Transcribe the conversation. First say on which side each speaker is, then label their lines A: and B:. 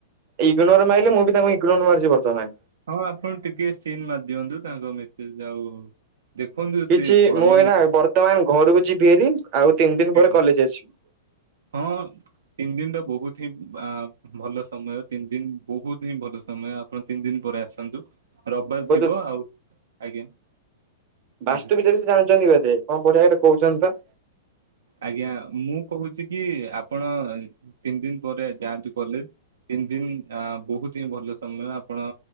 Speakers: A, on the right; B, on the right.
A: ଇଗନୋର୍ ମାରିଲେ ମୁଁ ବି ତାଙ୍କୁ ଇଗ୍ନୋର ମାରିଚି ବର୍ତ୍ତମାନେ।
B: ହଁ ଆପଣ ଟିକେ ସିନ୍ ମାରି ଦିଅନ୍ତୁ ତାଙ୍କ ମେସେଜ ଆଉ ଦେଖନ୍ତୁ
A: କିଛି
B: ସିଏ ଭଲ
A: ମୁଁ ଏଇନା
B: ଲୋକ।
A: ବର୍ତ୍ତମାନ ଘରକୁ ଯିବି ହାରି ଆଉ ତିନି ଦିନ
B: ଆଜ୍ଞା
A: ପରେ କଲେଜ ଆସିବି।
B: ହଁ ତିନି ଦିନରେ ବହୁତି ହିଁ ଆ ଭଲ ସମୟ ତିନି ଦିନ ବହୁତ ହିଁ ଭଲ ସମୟ ଆପଣ ତିନି ଦିନ ପରେ ଆସନ୍ତୁ। ରବବାରେ
A: ବୋଧେ
B: ଥିବ ଆଉ ଆଜ୍ଞା।
A: ବାସ୍ତୁ
B: ଆଜ୍ଞା।
A: ବିିଚାର ସେ ଜାଣିଚନ୍ତି ବଧେ କଣ କୋଉ ଜାଗାରେ କହୁଚନ୍ତି ତ।
B: ଆଜ୍ଞା ମୁଁ କହୁଛି କି ଆପଣ ତିନି ଦିନ ପରେ ଯାନ୍ତୁ କଲେଜ। ତିନି ଦିନ ଆ ବହୁତ ହିଁ ଭଲ ସମୟ ଆପଣ